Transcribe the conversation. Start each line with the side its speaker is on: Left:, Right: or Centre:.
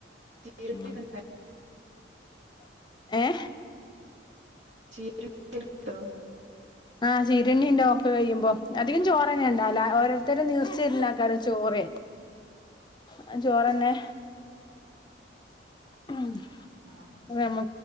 Right: കേ ക്കെ
Left: ഉം
Right: ഇണ്ടോ
Left: ഏഹ്
Right: ശേ രും ട്ടോ
Left: ആഹ് ചിരുണി ഉണ്ടോ ഒക്കെ കഴിയുമ്പോ അധികം ചോറ തന്നെ ഉണ്ടാവില്ല ഓരോരുത്തരും നീർച്ചിരിുന്ന ആക്കാരും ചോറ് ആഹ് ജോറന്നെ ഉം,
Right: ആഹ്
Left: നമ